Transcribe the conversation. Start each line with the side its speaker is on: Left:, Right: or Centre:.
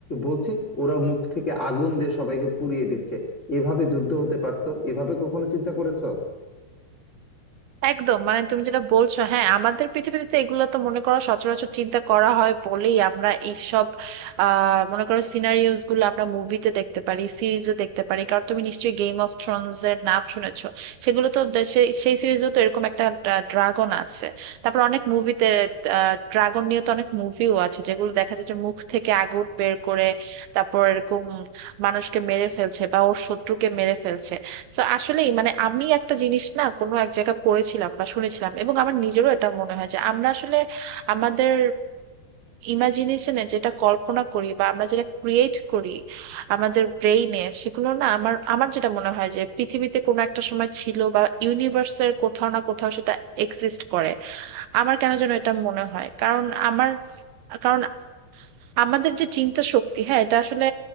Left: বলছি ওরা মুখ থেকে আগুন দিয়ে সবাইকে পুড়িয়ে দিচ্ছে এভাবে যুদ্ধ হতে পারতো এভাবে কখনো চিন্তা করেছো
Right: একদম মানে তুমি যেটা বলছো হ্যাঁ আমাদের পৃথিবীতে তো এগুলো তো মনে করো সচরাচর চিন্তা করা হয় বলেই আমরা এইসব আহ মনে করো সিনারিওস গুলো আমরা মুভিতে দেখতে পারি সিরিজে দেখতে পারি কারণ তুমি নিশ্চয়ই গেম অফ থ্রোনস এর নাম শুনেছো সেগুলো তো দেশে সেই সিরিজেও তো এরকম একটা ড্রাগন আছে তারপর অনেক মুভিতে ড্রাগন নিয়ে তো অনেক মুভিও আছে যেগুলো দেখা যাচ্ছে মুখ থেকে আগুন বের করে তারপর এরকম মানুষকে মেরে ফেলছে বা ওর শত্রুকে মেরে ফেলছে তো আসলেই মানে আমি একটা জিনিস না কোনো এক জায়গায় পড়েছিলাম বা শুনেছিলাম এবং আমার নিজেরও এটা মনে হয় যে আমরা আসলে আমাদের ইমাজিনেশনে যেটা কল্পনা করি বা আমরা যেটা ক্রিয়েট করি আমাদের ব্রেইনে সেগুলো না আমার আমার যেটা মনে হয় যে পৃথিবীতে কোনো একটা সময় ছিল বা ইউনিভার্সের কোথাও না কোথাও সেটা এক্সিস্ট করে আমার কেন যেন এটা মনে হয় কারণ আমার কারণ আমাদের যে চিন্তা শক্তি হ্যাঁ এটা আসলে